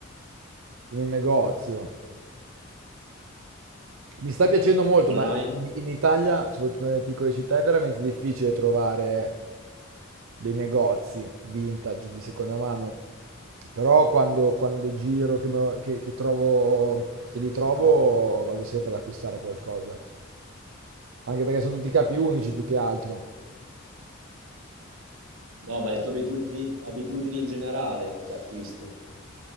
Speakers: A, on the right; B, on the right.
A: in un negozio. Mi sta piacendo molto,
B: Online?
A: ma in Italia, soprattutto nelle piccole città, è veramente difficile trovare dei negozi vintage di seconda mano. Però quando, quando giro, che, me lo- che- che trovo, che li trovo, vado sempre ad acquistare qualcosa. Anche perché sono tutti capi unici più che altro.
B: No, ma le tue abitudini, abitudini in generale d'acquisto.